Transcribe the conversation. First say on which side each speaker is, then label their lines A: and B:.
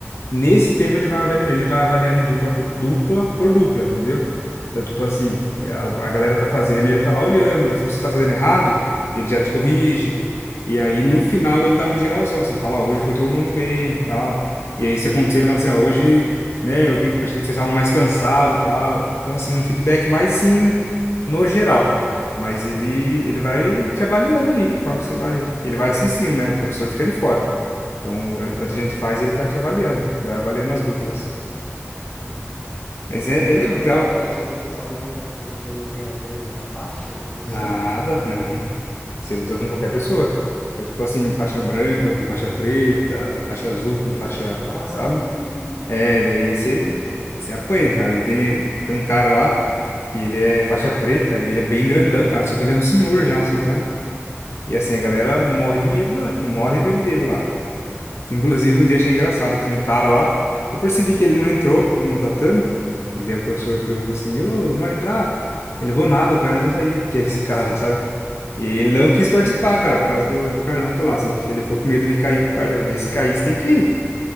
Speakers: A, on the left (about 65°); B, on the left (about 25°).
A: Nesse tempo ele vai, avali- ele vai avaliando dupla por, dupla por dupla, entendeu? Então, tipo assim, a, a galera tá fazendo e ele tá lá olhando. Aí se você tá fazendo errado, ele já te corrige. E aí no final ele dá um geralzão, assim, fala, ó, hoje foi todo mundo bem, tal. E aí se acontecer, ele fala assim, ó, hoje, né, eu vi, que percebi que vocês estavam mais cansados, tal. Então, assim, um feedback mais, assim, no geral. Mas ele, ele vai te avaliando ali, conforme você vai... Ele vai assistindo, né? O professor fica ali fora. Então, enquanto
B: Ah,
A: a gente faz, ele tá te avaliando, vai avaliando as duplas.
B: entendi.
A: Mas é,
B: E
A: é
B: nas
A: legal.
B: aulas você só luta com quem tem a mesma faixa que você?
A: Nada, não. Você luta com qualquer pessoa. É tipo assim, faixa branca com faixa preta, faixa azul com
B: Que
A: faixa,
B: legal,
A: sabe?
B: hein? <laughs>
A: É, daí você, você apanha, cara. E tem, tem um cara lá, que ele é faixa preta, e ele é bem grandão, cara, só que ele é um senhor já, assim, sabe? E assim, a galera
B: Aham.
A: morre de medo, da- morre de medo dele lá. Inclusive, um dia achei engraçado que tinha um cara lá, que eu percebi que ele não entrou pro- no tatame, e daí o professor pegou e falou assim, ô, não vai entrar? Ele, levou nada, o Carlão tá aí, <laughs> que é esse cara, sabe? E ele
B: Uhum.
A: não quis participar, cara, por causa do, do Carlão tá lá, sabe? Porque ele ficou com medo de cair com o Carlão. Aí se caísse, tem que ir.